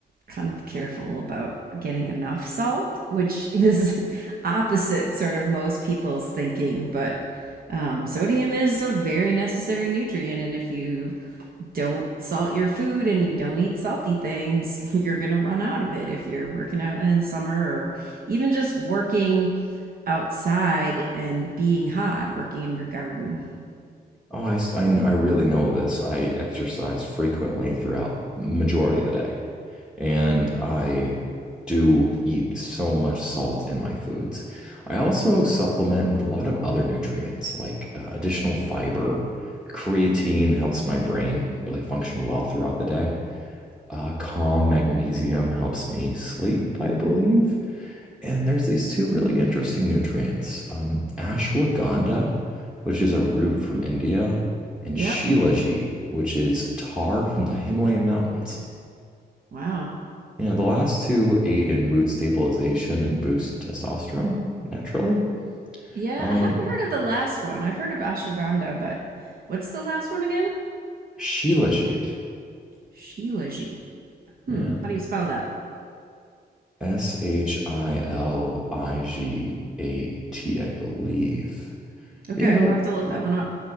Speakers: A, on the right; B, in the centre.
A: kind of careful about getting enough salt, which is <laughs> opposite sort of most people's thinking. But um, sodium is a very necessary nutrient, and if you don't salt your food and you don't eat salty things, <laughs> you're going to run out of it if you're working out in the summer or even just working outside and being hot, working in your garden.
B: Oh, I, s- I kn- I really know this. I exercise frequently throughout the majority of the day. and I do eat so much salt in my foods. I also supplement with a lot of other nutrients like uh, additional fiber. Creatine helps my brain really function well throughout the day. Uh, calm magnesium helps me sleep, I believe. And there's these two really interesting nutrients um, ashwagandha, which is a root from India, and
A: Yep.
B: shilajit, which is tar from the Himalayan mountains.
A: Wow.
B: Yeah, the last two aid in mood stabilization and boost testosterone naturally.
A: Yeah,
B: Um,
A: I haven't heard of the last one. I've heard of ashwagandha, but what's the last one again?
B: Shilajit.
A: Shilajit. Hmm,
B: Yeah.
A: how do you spell that?
B: S H I L I G A T, I believe.
A: Okay,
B: Yeah,
A: I'm gonna have to look
B: but
A: that one up.